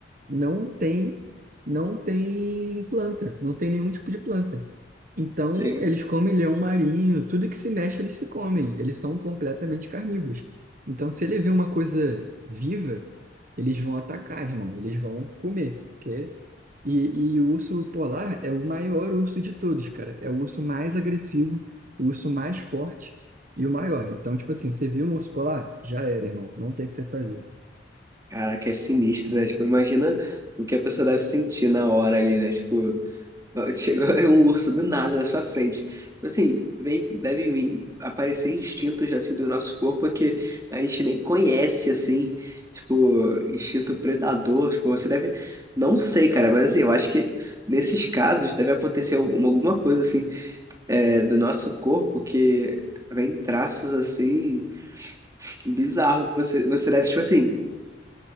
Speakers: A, on the right (about 50°); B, on the right (about 20°).
A: não tem, não tem planta, não tem nenhum tipo de planta. Então,
B: sei.
A: eles comem leão marinho, tudo que se mexe eles se comem, eles são completamente carnívoros. Então, se ele vê uma coisa viva, eles vão atacar, irmão, eles vão comer, porque... E, e o urso polar é o maior urso de todos, cara. É o urso mais agressivo, o urso mais forte e o maior. Então, tipo assim, você viu um urso polar? Já era, irmão. Não tem o que você fazer.
B: Caraca, é sinistro, né? Tipo, imagina o que a pessoa deve sentir na hora ali, né? Tipo. Chegou <laughs> um urso do nada na sua frente. Tipo assim, vem, devem vir aparecer instintos assim do nosso corpo que a gente nem conhece, assim, tipo, instinto predador. Tipo, você deve. Não sei, cara, mas assim, eu acho que nesses casos deve acontecer alguma alguma coisa assim é, do nosso corpo que vem traços assim bizarro que você, você deve, tipo assim.